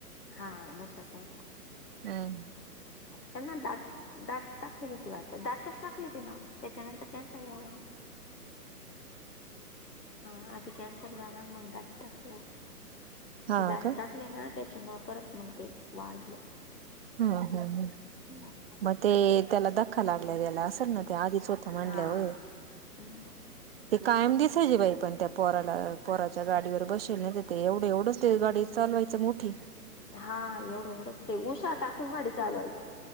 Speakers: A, on the left; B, on the right.
A: हा घशाचा होता.
B: हम्म.
A: त्यांना दात दात टाकेल होती वाटत दातच टाकली तीन त्याच्यानंतर कॅन्सर झाला. हा आधी कॅन्सर झाला आणि मग दात टाकले
B: हा
A: ते दात
B: का
A: टाकले ना त्याच्यामुळ परत मग ते वाढलं.
B: हम्म हम्म हम्म.
A: <inaudible>
B: म ते त्याला धक्का लागल्या गेला असेल ना ते आधीच होतं म्हंटल्यावर
A: हा <inaudible>
B: ते कायम दिसायचे बाई पण त्या पोराला पोराच्या गाडीवर बसेल नाही ते एवढं एवढंच ते गाडी चालवायच च मोठी
A: हा एवढं एवढंच ते उशा टाकून गाडी चालवायच.